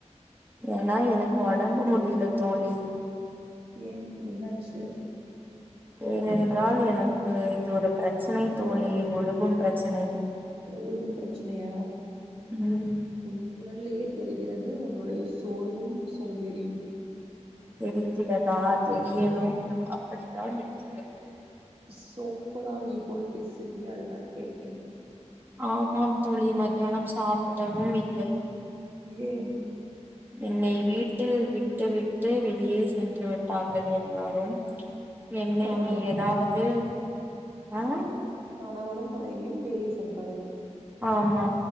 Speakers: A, on the right; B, on the right.
A: ஏன்னா எனக்கு ஒடம்பு முடில தோழி
B: ஏன் என்னாச்சு
A: ஏனென்றால் எனக்கு இது ஒரு ப்ரச்சனை தோழி ஒழுகும் ப்ரச்சனை
B: ஒழுகும் ப்ரச்சனையா
A: ம்
B: உன் குரல்லயே தெரிகிறது உன்னுடைய சோர்வும் சோம்பேறியும்
A: தெரிகிறதா தெரியணும் அப்படித்தான் இருக்கிறேன் தோழி
B: சோப்பலாங்கி போல் பேசுறியே அதுதான் கேட்டேன்
A: ஆமாம் தோழி மதியானம் சாப்பிடவும் இல்லை
B: ஏன்
A: என்னை வீட்டில் விட்டு விட்டு வெளியே சென்று விட்டார்கள் எல்லாரும் என்னை
B: கணவன்
A: ஏதாவது அ
B: கணவனும் மனைவியும் வெளியே சென்றார்கள்
A: ஆமா